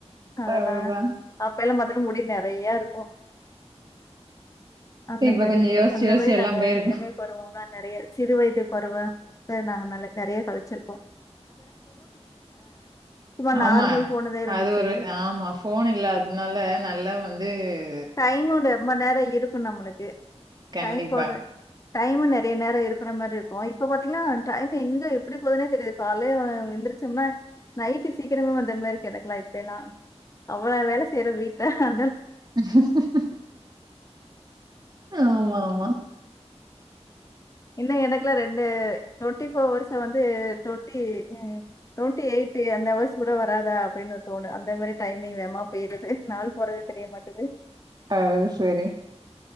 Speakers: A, on the left; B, on the right.
A: அதெல்லாம்
B: அதுதான்.
A: அப்ப எல்லாம் மத்தல்ல முடி நிறைய இருக்கு அந்த
B: இப்ப
A: மாதிரி
B: கொஞ்சம் யோசிச்சு,
A: அந்த
B: யோசிச்சு
A: மாதிரி
B: எல்லாம்
A: நாங்க
B: போயிருக்கும்.
A: எல்லாமே போடுவோம்மே நிறைய சிறு வயது பருவம் நாங்க நல்ல நிறைய கழிச்சிருக்கோம் சும்மா
B: ஆமா
A: நார்மல் ஃபோனுதா இருந்துச்சு
B: அது ஒரு ஆமா போன் இல்லாதனால நல்லா வந்து அது
A: டைமும் ரொம்ப நேரம் இருக்கு நம்மளுக்கு
B: கண்டிப்பா.
A: டைம் போரு டைமும் நிறைய நேரம் இருக்கிற மாதிரி இருக்கு இப்ப பாத்தீங்கன்னா டைம் எங்க எப்படி போதுனே தெரில காலைய எந்தரிசம்னா நைட்டு சீக்கிரமே வந்த மாதிரி கிடைக்கலாம் இப்பலாம் அவ்வள வேலை செய்யற வீட் அஹ
B: அஹ <unintelligible> ஆமாமா
A: இன்னும் எனக்கெல்லாம் ரெண்டு ட்வெண்ட்டி ஃபோர் அவர்ஸ வந்து ட்வெண்ட்டி ட்வெண்ட்டி எயிட் அவர்ஸ் கூட வராதா அப்படின்னு தோனு அந்தமாதிரி டைமிங் வேமா பெய்யரது நாள் போறதே தெரிய மாட்டேங்குது
B: அஹ் செரி